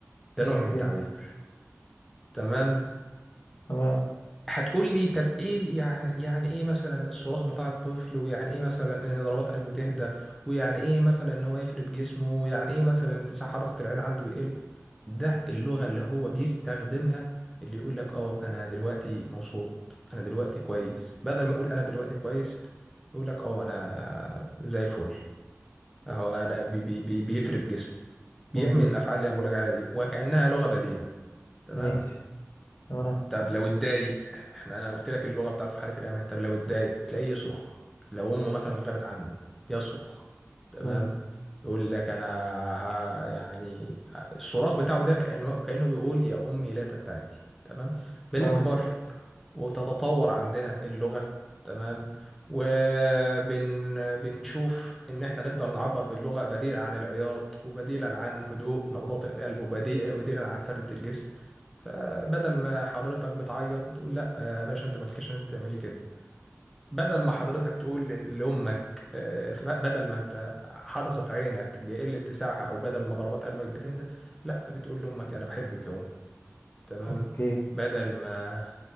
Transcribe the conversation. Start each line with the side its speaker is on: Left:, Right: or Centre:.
Centre: ده
Left: اوكي
Centre: نوع من التعبير تمام
Left: تمام
Centre: هتقول لي طب ايه يعني يعني ايه مثلا الصراخ بتاع الطفل ويعني ايه مثلا ان ضربات قلبه تهدى ويعني ايه مثلا ان هو يفرد جسمه ويعني ايه مثلا اتساع حدقة العين عنده يقل ده اللغة اللي هو بيستخدمها اللي يقول لك اه انا دلوقتي مبسوط انا دلوقتي كويس بدل ما اقول انا دلوقتي كويس يقول لك اه انا زي الفل اهو انا بي بي بي بيفرد جسمه بيعمل
Left: مم.
Centre: الافعال اللي انا بقولك عليها دي وكانها لغه بديله تمام
Left: ماشي تمام
Centre: طب لو اتضايق احنا انا قلت لك اللغه بتاعته في حاله الامان طب لو اتضايق تلاقيه يصرخ لو امه مثلا غابت عنه يصرخ تمام
Left: مم.
Centre: يقول لك انا ها يعني الصراخ بتاعه ده كانه كانه بيقول يا امي لا تبتعدي تمام بنكبر
Left: تمام
Centre: وبتتطور عندنا اللغه تمام وبن بنشوف ان احنا نقدر نعبر باللغه بديل عن العياط وبديلا عن هدوء نبضات القلب وبديل- وبديلا عن فرده الجسم فبدل ما حضرتك بتعيط بتقول لا آه، يا باشا انت مالكش ان انت تعمل لي كده بدل ما حضرتك تقول ل- لامك آه، ف- بدل ما انت حدقت عينك بيقل اتساعها او بدل ما ضربات قلبك بتهدى لا بتقول لامك انا بحبك يا ام تمام
Left: اوكي
Centre: بدل ما